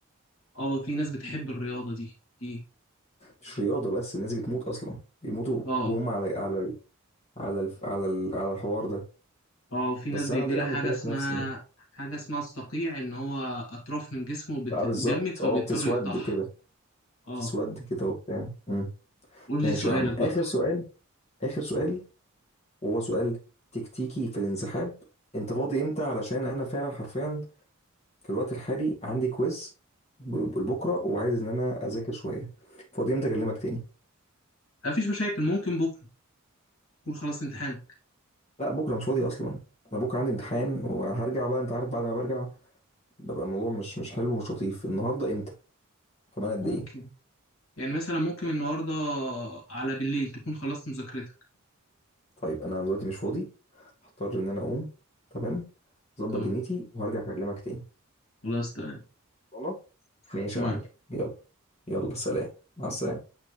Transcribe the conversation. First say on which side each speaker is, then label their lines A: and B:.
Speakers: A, on the left; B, on the left.
A: اه في ناس بتحب الرياضه دي في
B: مش رياضه بس الناس دي بتموت اصلا بيموتوا
A: اه
B: وهم على على على الف... على ال... على الحوار ده
A: اه في
B: بس
A: ناس بيجي
B: انا ليه
A: لها
B: اعمل
A: حاجه
B: كده
A: اسمها
B: في نفسي
A: حاجه اسمها الصقيع ان هو اطراف من جسمه بتتجمد
B: اه بالظبط
A: فبيضطر
B: اه بتسود
A: يقطعها
B: كده
A: اه
B: بتسود كده وبتاع مم.
A: قول
B: ماشي
A: لي سؤالك
B: يا عم
A: بقى
B: اخر سؤال اخر سؤال وهو سؤال تكتيكي في الانسحاب انت فاضي امتى علشان انا فعلا حرفيا في الوقت الحالي عندي كويز ب- بكره وعايز ان انا اذاكر شويه فاضي امتى اكلمك تاني
A: مفيش مشاكل ممكن بكره تكون خلصت امتحانك
B: لا بكره مش فاضي اصلا انا بكره عندي امتحان وهرجع بقى انت عارف بعد ما برجع ببقى الموضوع مش مش حلو ومش لطيف النهارده امتى كمان قد
A: ممكن
B: ايه
A: يعني مثلا ممكن النهارده على بالليل تكون خلصت مذاكرتك
B: طيب انا دلوقتي مش فاضي هضطر ان انا اقوم تمام ظبط
A: تمام
B: دنيتي وهرجع اكلمك تاني
A: خلاص تمام
B: خلاص ماشي
A: تمام
B: يا معلم يلا يلا سلام مع السلامه